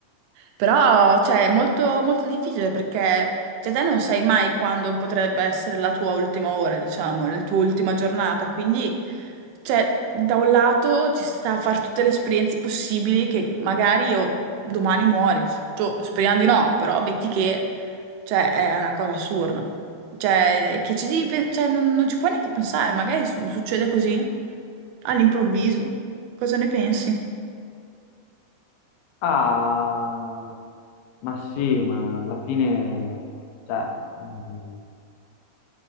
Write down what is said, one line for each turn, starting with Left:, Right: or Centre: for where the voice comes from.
Right: Però, cioè, è molto, molto difficile perché, cioè, te non sai mai quando potrebbe essere la tua ultima ora, diciamo, la tua ultima giornata. Quindi, cioè, da un lato ci sta a fare tutte le esperienze possibili che magari io domani muori. Cioè, speriamo di no, però metti che, cioè, è una cosa assurda. Cioè, che ci devi, pe- cioè, non, non ci puoi neanche pensare. Magari succede così, all'improvviso. Cosa ne pensi?
Left: Ah, ma sì, ma alla fine, cioè, mh,